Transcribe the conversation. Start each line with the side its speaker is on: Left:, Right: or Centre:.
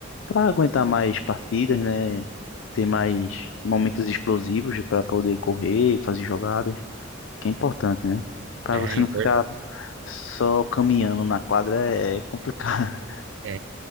Left: Para aguentar mais partidas, né? Ter mais momentos explosivos para poder correr, fazer jogadas, que é importante, né? Para
Right: É
Left: você
Right: importante
Left: não ficar só caminhando na quadra é complicado.
Right: É,